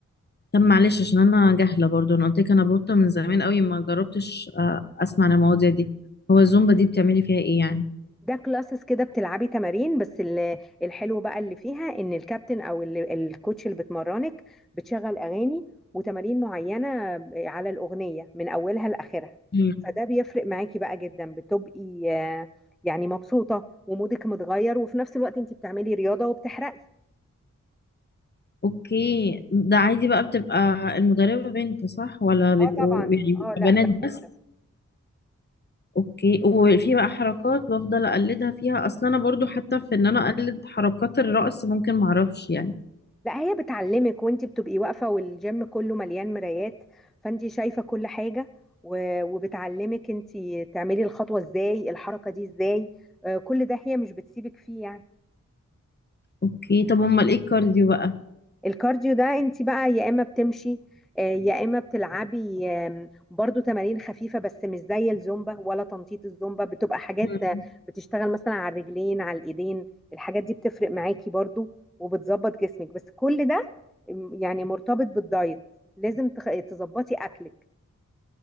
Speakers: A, on the left; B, in the centre.
A: طب معلش عشان انا جاهله برضو انا قلت لك انا بوطه من زمان قوي ما جربتش آه، اسمع عن المواضيع دي هو الزومبا دي بتعملي فيها ايه يعني
B: ده كلاسز كده بتلعبي تمارين بس ال- الحلو بقى اللي فيها ان الكابتن او ال- الكوتش اللي بتمرنك بتشغل اغاني وتمارين معينه على الاغنيه من اولها لاخرها
A: مم.
B: فده بيفرق معاكي بقى جدا بتبقي آه، يعني مبسوطه ومودك متغير وفي نفس الوقت انت بتعملي رياضه وبتحرقي
A: اوكي ده عادي بقى بتبقى المدربه بنت صح ولا بيبقوا
B: اه طبعا
A: يعني بيبقى
B: اه لا
A: بنات
B: بنوته
A: بس اوكي وفي بقى حركات بفضل اقلدها فيها اصلا انا برضو حتى في ان انا اقلد حركات الرقص ممكن معرفش يعني
B: لا هي بتعلمك وانت بتبقي واقفة والجيم كله مليان مرايات فانت شايفة كل حاجة و- وبتعلمك انت تعملي الخطوة ازاي الحركة دي ازاي آه، كل ده هي مش بتسيبك فيه يعني
A: اوكي طب امال ايه الكارديو بقى
B: الكارديو ده انت بقى يا اما بتمشي آه، يا اما بتلعبي آم، برضو تمارين خفيفه بس مش زي الزومبا ولا تنطيط الزومبا بتبقى حاجات
A: مم.
B: آه، بتشتغل مثلا على الرجلين على الايدين الحاجات دي بتفرق معاكي برضو وبتظبط جسمك بس كل ده م، يعني مرتبط بالدايت لازم تخ- تظبطي اكلك